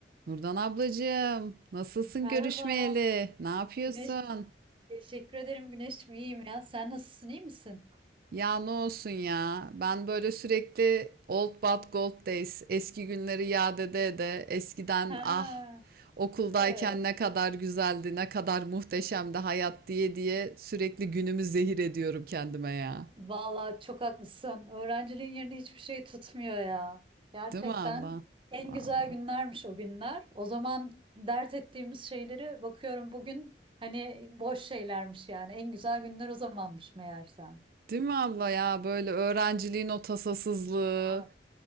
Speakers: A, on the right (about 55°); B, on the right (about 30°).
A: Nurdan ablacığım, nasılsın
B: Merhaba
A: görüşmeyeli? Ne yapıyorsun?
B: Güneş. Teşekkür ederim Güneş'cim iyiyim ya. Sen nasılsın iyi misin?
A: Ya ne olsun ya? Ben böyle sürekli old but gold days, eski günleri yad ede ede, eskiden
B: Ha,
A: ah okuldayken
B: evet.
A: ne kadar güzeldi, ne kadar muhteşemdi hayat diye diye sürekli günümü zehir ediyorum kendime ya.
B: Vallahi çok haklısın. Öğrenciliğin yerini hiçbir şey tutmuyor ya. Gerçekten
A: Değil mi abla?
B: en
A: Vallahi.
B: güzel günlermiş o günler. O zaman dert ettiğimiz şeyleri bakıyorum bugün hani boş şeylermiş yani. En güzel günler o zamanmış meğersem.
A: Değil mi abla ya? Böyle öğrenciliğin o tasasızlığı,
B: Aa,